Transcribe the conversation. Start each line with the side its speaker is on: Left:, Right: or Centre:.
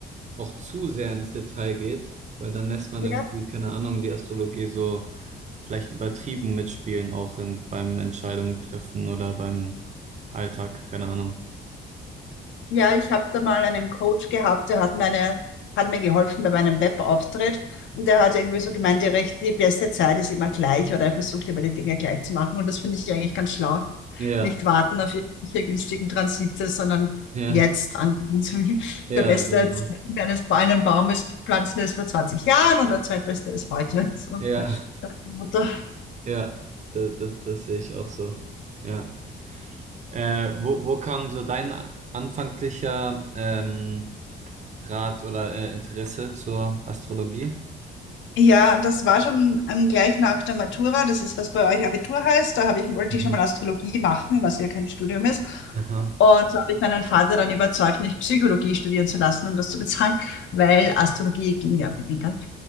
Right: auch zu sehr ins Detail geht, weil dann lässt man
Left: Ja,
Right: irgendwie, keine Ahnung, die Astrologie so vielleicht übertrieben mitspielen, auch in, beim Entscheidungen treffen oder beim Alltag, keine Ahnung.
Left: ja, ich habe da mal einen Coach gehabt, der hat meine, hat mir geholfen bei meinem Webauftritt und der hat irgendwie so gemeint, die, recht, die beste Zeit ist immer gleich oder er versucht immer die Dinge gleich zu machen und das finde ich eigentlich ganz schlau.
Right: Ja,
Left: Nicht warten auf irgendwelche günstigen Transite, sondern
Right: ja,
Left: jetzt anfangen. <laughs>
Right: ja,
Left: Der Beste
Right: genau.
Left: jetzt eines fallenden Baumes pflanzen ist vor 20 Jahren und der zweitbeste ist heute. <laughs> So.
Right: Ja,
Left: nach
Right: ja, da- das, das sehe ich auch so. Ja. Äh, wo, wo kam so dein anfänglicher ähm, Draht oder äh, Interesse zur Astrologie?
Left: Ja, das war schon ähm, gleich nach der Matura. Das ist, was bei euch Abitur heißt. Da habe ich, wollte
Right: Mhm.
Left: ich schon mal Astrologie machen, was ja kein Studium ist.
Right: Aha.
Left: Und so habe ich meinen Vater dann überzeugt, mich Psychologie studieren zu lassen, um das zu bezahlen, weil Astrologie ging ja auf den England.